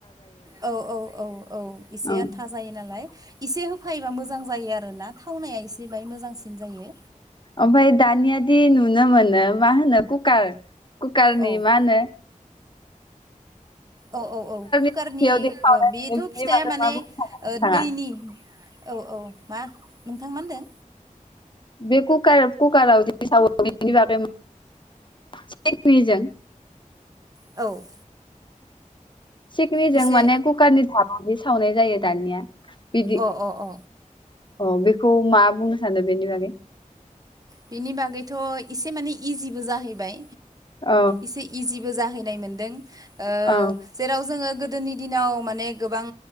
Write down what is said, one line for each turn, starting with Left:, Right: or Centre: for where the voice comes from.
Right: औ औ औ औ इसे
Left: औ
Right: आथा जायो नालाय इसे होफायोबा मोजां जायो आरोना थावनाया एसे बाहाय मोजांसिन जायो।
Left: ओमफ्राय दानि आदि नुनो मोनो मा होनो कुकार कुकारारनि
Right: औ
Left: मा होनो
Right: औ औ औ कुकारनि
Left: साख्रियावदि सावनाय
Right: बेथ'
Left: नुयो
Right: ओ
Left: बिनि
Right: फिथाया
Left: बागै
Right: माने
Left: मा बुंनो सानो नोंथाङा
Right: दैनि औ औ मा नोंथां मा होनदों?
Left: बे कुकार कुकारराव बेनि बागै <unintelligible> चेकनिजों
Right: औ
Left: सिकनिजों
Right: एसे
Left: माने कुकार नि भाबवावदि सावनाय जायो दानिया बिदि
Right: अ अ अ
Left: अ बेखौ मा बुंनो सानदों बेनि बागै?
Right: बेनि बागैथ' एसे माने इजिबो जाहैबाय
Left: औ
Right: एसे इजिबो जाहै मोनदों ओ
Left: औ
Right: जेराव जोङो गोदोनि दिनाव माने गोबां